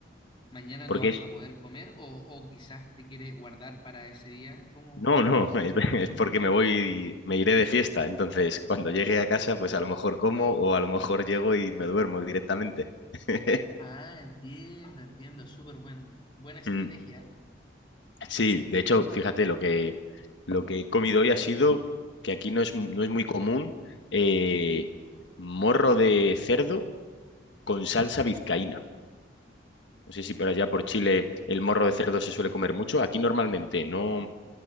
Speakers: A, on the left (about 25°); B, on the left (about 75°).
A: mañana
B: Porque
A: no vas
B: es,
A: a poder comer o, o quizás te quieres guardar para ese día? ¿Cómo,
B: no,
A: cómo es
B: no,
A: eso?
B: <laughs> es, es porque me voy, me iré de fiesta. Entonces, cuando llegue a casa, pues a lo mejor como o a lo mejor llego y me duermo directamente. <laughs>
A: Ah, entiendo, entiendo, súper buen, buena estrategia.
B: Mm. Sí, de hecho, fíjate, lo que, lo que he comido hoy ha sido que aquí no es, no es muy común eh, morro de cerdo con salsa vizcaína. No sé si por allá por Chile el morro de cerdo se suele comer mucho. Aquí normalmente no.